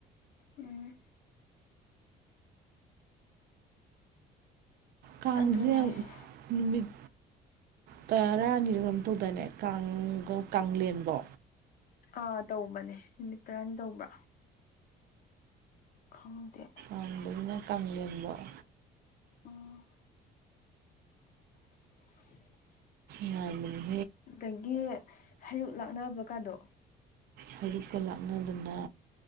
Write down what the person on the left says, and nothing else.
ꯎꯝ
ꯑꯗꯨꯅꯦ ꯍꯥꯏꯁꯦ
ꯑꯥ ꯇꯧꯕꯅꯦ ꯅꯨꯃꯤꯠ ꯇꯔꯥꯅꯤ ꯇꯧꯕ ꯈꯪꯗꯦ
ꯎꯝ <inaudible>
ꯑꯗꯒꯤ ꯍꯩꯔꯨꯛ ꯂꯥꯛꯅꯕꯀꯥꯗꯣ